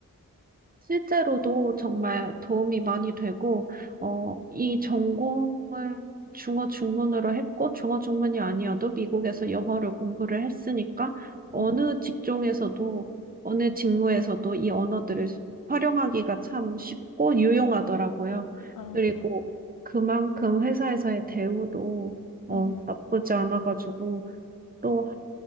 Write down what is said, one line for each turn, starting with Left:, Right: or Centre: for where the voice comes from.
Right: 실제로도 정말 도움이 많이 되고, 어, 이 전공을 중어 중문으로 했고, 중어 중문이 아니어도 미국에서 영어를 공부를 했으니까, 어느
Left: 음,
Right: 직종에서도, 어느 직무에서도 이 언어들을 활용하기가 참 쉽고 유용하더라고요.
Left: 아,
Right: 그리고 그만큼 회사에서의 대우도, 어,
Left: 음,
Right: 나쁘지 않아가지고, 또